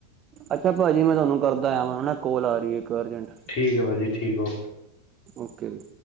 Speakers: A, on the right; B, on the left.
A: ਅੱਛਾ ਭਾਜੀ। ਮੈਂ ਤੁਹਾਨੂੰ ਕਰਦਾ ਆ ਕੋਲ ਆ ਰਹੀ ਹੈ ਇੱਕ ਅਰਜੈਂਟ।
B: ਠੀਕ ਹੈ ਭਾਜੀ ਠੀਕ ਉਹ।
A: ਓਕੇ ਜੀ,